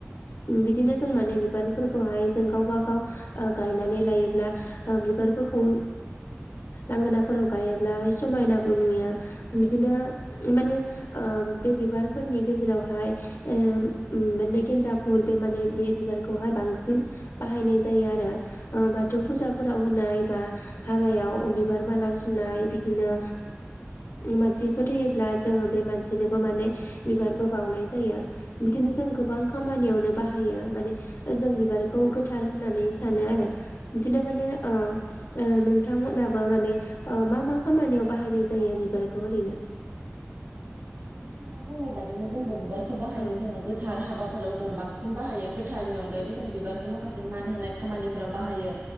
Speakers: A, on the left (about 75°); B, on the right (about 55°).
A: बिदिनो जों माने बिबारफोरखौहाय जों गावबा गाव गायनानै लायोब्ला बिबारफोरखौ लांगोनाफोराव गायोब्ला समायनाबो नुयो। बिदिनो बे बिबारफोरनि गेजेरावहाय बिदिनो गेन्दा फुल बे माने बे बिबारखौहाय बांसिन बाहायनाय जायो आरो बाथौ फुजाफोराव होनाय बा हाबायाव बिबार माला सुनाय बिदिनो मानसि फोथैयो ब्ला जोङो बे मानसिनोबो माने बिबारबो बावनाय जायो बिदिनो जों गोबां खामानियावनो बाहायो माने जों बिबारखौ गोथार होननानै सानो आरो। बिदिनो माने
B: औ
A: ओ नोंथांमोनाबो माने मा मा खामानियाव। बाहायनाय जायो
B: औ
A: बिबारखौ ओरैनो
B: औ नोंथाङा बुंनाय बादि नो जोंबो बिबार खौ बाहायो
A: औ
B: जोङो गोथार हाबाफोराव जोङो बांसिन बाहायो गोथारनि अनगायैबो
A: औ
B: जों बिबारखौ माखासे मान होनाय खामानि फोराव बाहायो